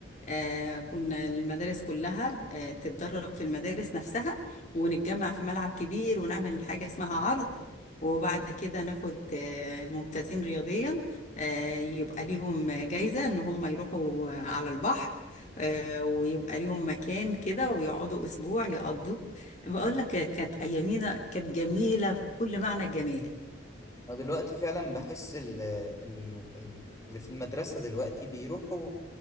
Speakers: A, on the left; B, on the left.
A: آه كنا المدارس كلها آه تتدرب في المدارس نفسها ونتجمع في ملعب كبير ونعمل حاجة اسمها عرض وبعد كده ناخد آه الممتازين رياضيا آه يبقى ليهم جايزة إن هم يروحوا على البحر آه، ويبقى ليهم مكان كده ويقعدوا اسبوع يقضوه بقول لك كانت ايامينا كانت جميله بكل معنى الجمال
B: أنا دلوقتي فعلا بحس ال- ال- ال- اللي في المدرسة دلوقتي بيروحوا